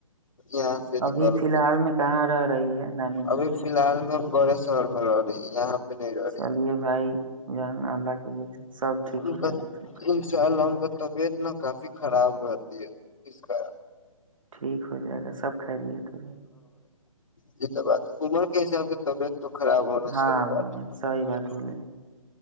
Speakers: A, on the left; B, on the right.
A: یہاں سے
B: ابھی
A: نکل
B: فی الحال
A: کے
B: میں کہاں رہ رہی ہے نانی ج
A: ابھی
B: نب
A: فی الحال میں بڑے شہر میں رہا رہ ہے یہاں پوڑ
B: چلیے بھائی جان اللہ کے بول سب ٹھیک
A: ان
B: ہو
A: کا
B: جائے گا س
A: انشاء ان کا طبیعت ن کافی خراب رہتی ہے اس کاار
B: ٹھیک ہو جائے گا سب کھ رہی ہے تے
A: جی تو بات ہے عمر کے حساب سے طبیعت تو خراب ہونا
B: گا ہاں
A: صحیح
B: بھائی
A: بات
B: جان
A: ہے
B: صحیح بات بولے